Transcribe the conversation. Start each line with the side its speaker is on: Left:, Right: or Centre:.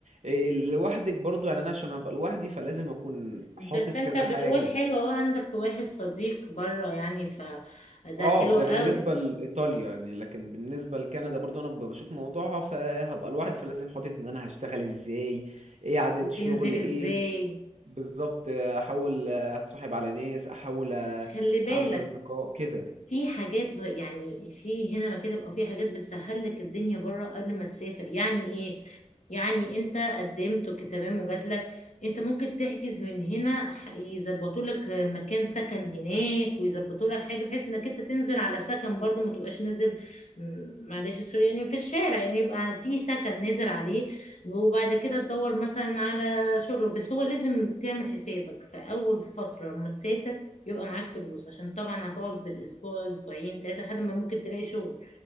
Right: إيه، لوحدك برضو يعني انا عشان هبقى لوحدي فلازم اكون
Left: بس
Right: حاطط
Left: انت
Right: كذا
Left: بتقول
Right: حاجة
Left: حلو اهو عندك واحد صديق بره يعني فده
Right: اه
Left: حلو
Right: ده
Left: قوي
Right: بالنسبة لإيطاليا يعني لكن بالنسبة لكندا برضو انا ب- بشوف موضوعها فهبقى لوحدي فلازم حاطط ان انا هشتغل ازاي ايه عدد
Left: وتنزل
Right: شغل ايه
Left: ازاي
Right: بالظبط احاول اتصاحب على ناس احاول
Left: خلي بالك
Right: اعمل اصدقاء كده
Left: في حاجات ب- يعني في هنا مكاتب او في حاجات بتسهل لك الدنيا بره قبل ما تسافر يعني ايه يعني انت قدمت تمام وجاتلك انت ممكن تحجز من هنا يظبطوا لك مكان سكن هناك ويظبطوا لك حاجه بحيث انك انت تنزل على سكن برضو ما تبقاش نازل م- معلش السوري يعني في الشارع يعني يبقى في سكن نازل عليه وبعد كده تدور مثلا على شغل بس هو لازم تعمل حسابك في اول فتره لما تسافر يبقى معاك فلوس عشان طبعا هتقعد بالاسبوع اسبوعين ثلاثه لحد ما ممكن تلاقي شغل